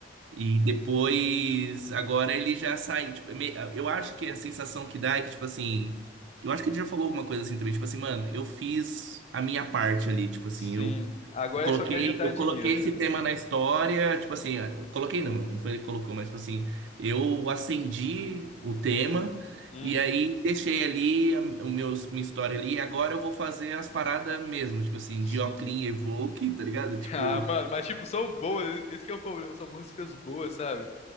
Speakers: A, on the right (about 80°); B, on the left (about 35°).
A: E depois, agora ele já sai, tipo, é me- eu acho que a sensação que dá é que, tipo assim, eu acho que ele já falou alguma coisa assim também, tipo assim, mano, eu fiz a minha parte ali, tipo assim,
B: sim.
A: eu
B: Agora
A: eu coloquei,
B: ele só quer juntar
A: eu
B: dinheiro.
A: coloquei esse
B: <laughs>
A: tema na história, tipo assim, eu coloquei não, não foi ele que colocou, mas tipo assim, eu acendi o tema
B: Uhum.
A: e aí deixei ali a, o meu, minha história ali, e agora eu vou fazer as paradas mesmo, tipo assim,
B: Sim.
A: Dioclin Evoque, tá ligado? Tipo,
B: Ah, mano, mas, tipo, são boas. Esse que é o problema. São músicas boas, sabe?